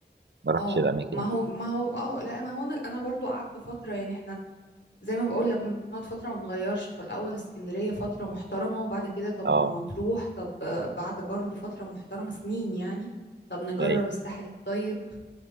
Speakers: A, on the right; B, on the left.
A: ما رحتش
B: اه
A: الاماكن
B: ما هو
A: دي
B: ما هو اه لا ما هو انا انا برضو قعدت فترة يعني احنا زي ما بقول لك بنقعد فترة ما بنغيرش فالاول اسكندرية فترة محترمة وبعد كده طب
A: اه
B: ما مطروح طب آه، بعد برضو فترة محترمة سنين يعني طب نجرب
A: ايوه
B: الساحل الطيب